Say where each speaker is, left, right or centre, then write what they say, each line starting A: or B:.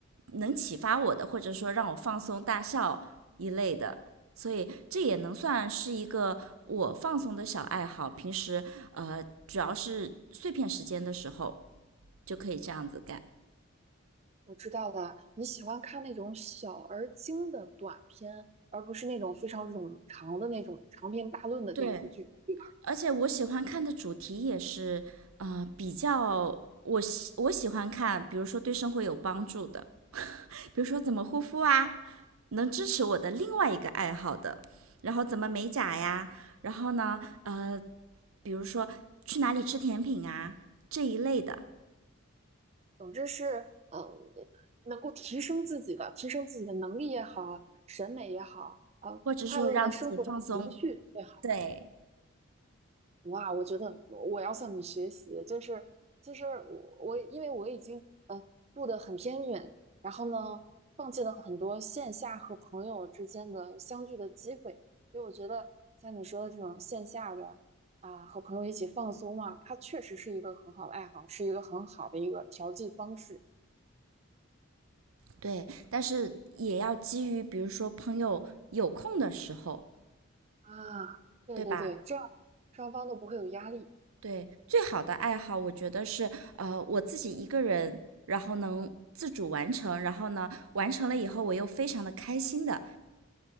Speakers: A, on the right (about 85°); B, on the right (about 30°).
A: 能启发我的，或者说让我放松大笑一类的。所以这也能算是一个我放松的小爱好。平时呃，主要是碎片时间的时候就可以这样子干。
B: 我知道的，你喜欢看那种小而精的短片，而不是那种非常冗长的那种长篇大论的电视剧，
A: 对，
B: 对吧？
A: 而且我喜欢看的主题也是呃比较我喜我喜欢看，比如说对生活有帮助的，比如说怎么护肤啊，能支持我的另外一个爱好的，然后怎么美甲呀，然后呢呃，比如说去哪里吃甜品啊这一类的，
B: 总之是，嗯，能够提升自己的，提升自己的能力也好，审美也好，呃，
A: 或者说让自己放松，
B: 快乐的生活的情绪也好。
A: 对
B: 哇，我觉得我要向你学习，就是其实我我因为我已经呃住的很偏远，然后呢放弃了很多线下和朋友之间的相聚的机会，所以我觉得像你说的这种线下的啊、和朋友一起放松嘛，它确实是一个很好的爱好，是一个很好的一个调剂方式
A: 对，但是也要基于比如说朋友有空的时候，
B: 啊。对对对，
A: 对吧？
B: 这样双方都不会有压力。
A: 对，最好的爱好，我觉得是呃我自己一个人，然后能自主完成，然后呢完成了以后我又非常的开心的，